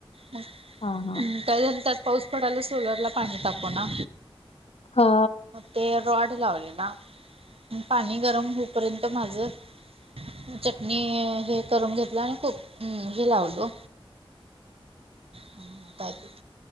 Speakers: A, on the right; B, on the left.
A: मगम्
B: हा हा
A: काय झालं त्यात पाऊस पडायला सोलरला पाणी तापो ना
B: हा
A: ते रॉड लावले ना पाणी गरम होपर्यंत माझ चटणी हे करून घेतलं आणि खूप हे लावलो हम् कायत